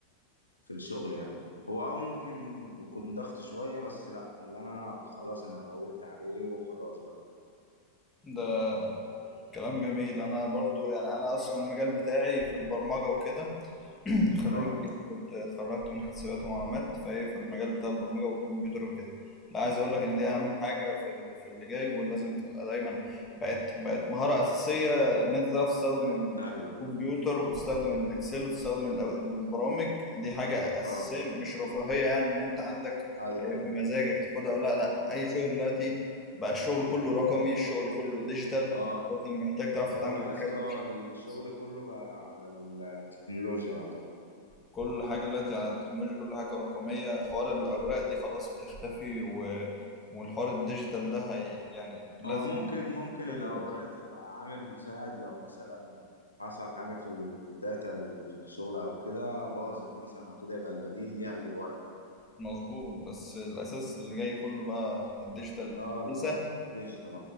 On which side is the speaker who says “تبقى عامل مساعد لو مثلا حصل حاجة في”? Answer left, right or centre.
Left